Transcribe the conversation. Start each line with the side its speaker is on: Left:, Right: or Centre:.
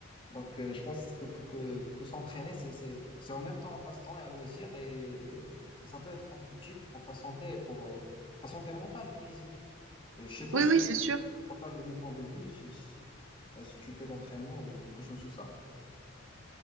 Left: donc, euh, je pense que, que, que, que s'entraîner, c'est, c'est, c'est en même temps un passe-temps et un loisir, et, et ça peut être constructif pour ta santé, et pour euh, ta santé mentale et physique. Euh, je sais pas
Right: Oui,
Left: si,
Right: oui, c'est
Left: si
Right: sûr.
Left: tu partages le même point de vue, et si, euh, si tu fais d'entraînement ou quelque chose du ça.